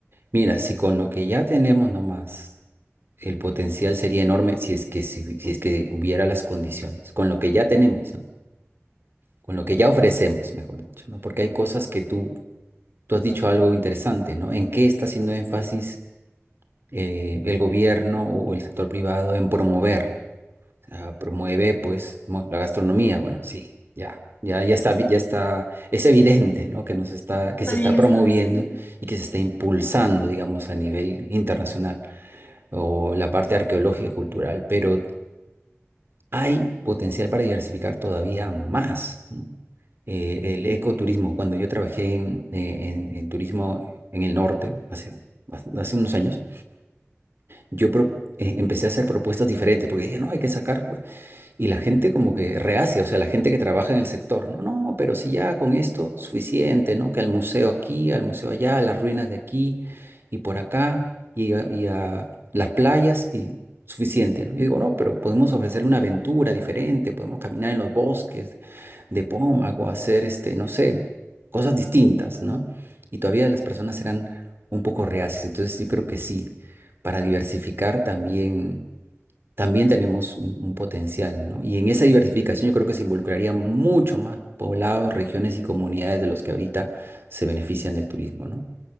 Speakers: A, on the right; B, on the left.
A: Mira, si con lo que ya tenemos nomás, el potencial sería enorme si es que, si, si es que hubiera las condiciones, con lo que ya tenemos, ¿no? Con lo que ya ofrecemos, mejor dicho, ¿no? Porque hay cosas que tú, tú has dicho algo interesante, ¿no? ¿En qué está haciendo énfasis eh, el gobierno o el sector privado en promover? Ah, promueve, pues, mo- la gastronomía, bueno, sí, ya. Ya, ya está, vi- ya está, es evidente, ¿no? Que nos está, que
B: Está
A: se está
B: bien establecido.
A: promoviendo y que se está impulsando, digamos, a nivel internacional o la parte arqueológica y cultural, pero hay potencial para diversificar todavía más, ¿no? Eh, el ecoturismo, cuando yo trabajé en, eh, en- en turismo en el norte hace, bas- hace unos años, yo pro- eh, empecé a hacer propuestas diferentes porque dije, no, hay que sacar. Y la gente como que reacia, o sea, la gente que trabaja en el sector, no, no, pero si ya con esto suficiente, ¿no? Que al museo aquí, al museo allá, a las ruinas de aquí y por acá y a, y a las playas y suficiente, ¿no? Y digo, no, pero podemos ofrecerle una aventura diferente, podemos caminar en los bosques de Pómago, hacer, este, no sé, cosas distintas, ¿no? Y todavía las personas eran un poco reacias, entonces yo creo que sí, para diversificar también también tenemos un, un potencial, ¿no? Y en esa diversificación yo creo que se involucraría mucho más poblados, regiones y comunidades de los que ahorita se benefician del turismo, ¿no?